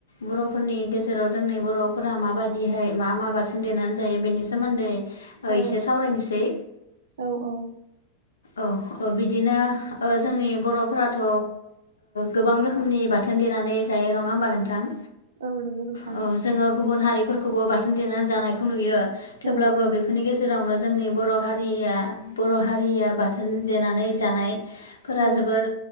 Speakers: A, on the left; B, on the right.
A: बर'फोरनि गेजेराव जोंनि बर'फोरा माबायदि बिदिहाय मा मा बाथोन देनानै जायो बेनि सोमोन्दै ओ
B: औ
A: एसे सावरायनोसै
B: औ औ।
A: औ औ बिदिनो जोंनि बर'फोराथ' गोबां रोखोमनि बाथोन देनानै जायो नङा होमबा नोंथां
B: औ नंगौ नों थां
A: औ जोङो गुबुन हारिफोरखौबो बाथोन देनानै जानायखौ नुयो थेवब्लाबो
B: औ
A: बेफोरनि गेजेराव जेरावनो जोंनि बर' हारिया बर' हारिया बाथोन देनानै जानाय फोर
B: औ
A: जोबोर